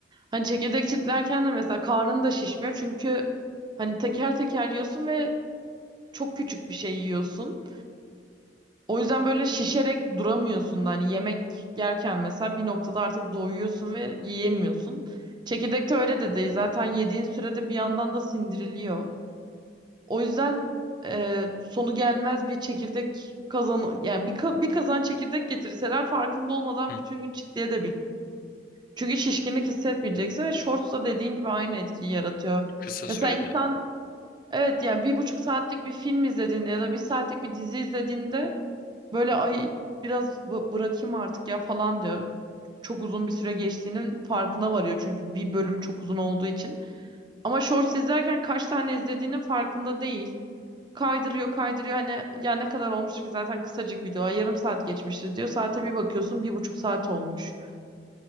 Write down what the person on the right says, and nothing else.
Hani çekirdek çitlerken de mesela karnın da şişmiyor çünkü hani teker teker yiyorsun ve çok küçük bir şey yiyorsun. O yüzden böyle şişerek duramıyorsun da hani yemek yerken mesela bir noktada artık doyuyorsun ve yiyemiyorsun. Çekirdekte öyle de değil. Zaten yediğin sürede bir yandan da sindiriliyor. O yüzden e, sonu gelmez bir çekirdek kazan yani bir, ka- bir kazan çekirdek getirseler farkında olmadan
bütün gün çitli Çünkü şişkinlik hissetmeyeceksin ve shorts da dediğin gibi aynı etkiyi yaratıyor.
Mesela insan evet yani bir buçuk saatlik bir film izlediğinde ya da bir saatlik bir dizi izlediğinde böyle ay biraz bı- bırakayım artık ya falan diyor. Çok uzun bir süre geçtiğinin farkına varıyor çünkü bir bölüm çok uzun olduğu için. Ama shorts izlerken kaç tane izlediğinin farkında değil. Kaydırıyor kaydırıyor hani ya ne kadar olmuştu ki zaten kısacık video, yarım saat geçmişti diyor. Saate bir bakıyorsun bir buçuk saat olmuş.